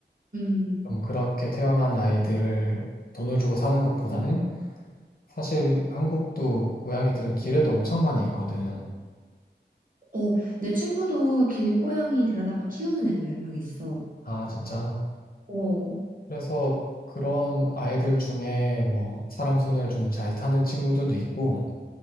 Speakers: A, on the right; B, on the left.
A: 음.
B: 좀 그렇게 태어난 아이들을 돈을 주고 사는 것보다는 사실 한국도 고양이들은 길에도 엄청 많이 있거든.
A: 어, 내 친구도 길고양이 데려다가 키우는 애들 몇 명 있어.
B: 아 진짜
A: 어.
B: 그래서 그런 아이들 중에 뭐 사람 손을 좀 잘 타는 친구들도 있고